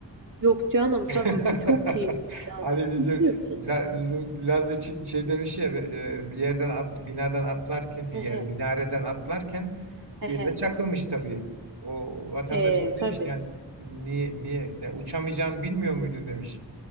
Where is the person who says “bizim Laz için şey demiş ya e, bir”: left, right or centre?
Right